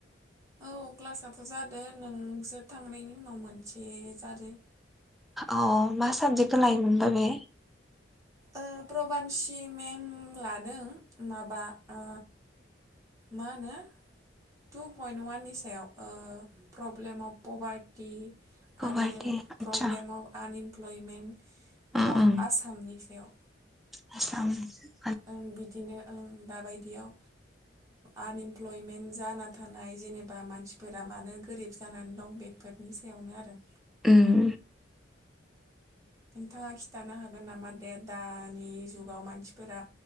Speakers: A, on the right; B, in the centre.
A: औ क्लासाथ' जादों नोंसोर थांनायनि उनाव मोनसे जादों।
B: अ मा साबजेक्टखौ लायोमोन बा बे?
A: ओ प्रबान्सि मेम लादों माबा ओ मा होनो टु पइन्ट अवाननि सायाव प्रब्लेम अफ पभारटि
B: गुवाहाटि
A: आरो
B: आतसा
A: problem of unemployment
B: Om
A: of
B: ओम
A: आसामनि। बेयाव
B: <unintelligible>
A: ओं बिदिनो ओं दाबायदियाव आनइमप्लयमेन्ट जाना थानाय जेनेबा मानसिफोरा मानो गोरिब जानानै दं बे बेफोरनि सायावनो आरो।
B: उम
A: नोंथाङा खिन्थानो हागोन नामा? दानि जुगाव मानसिफोरा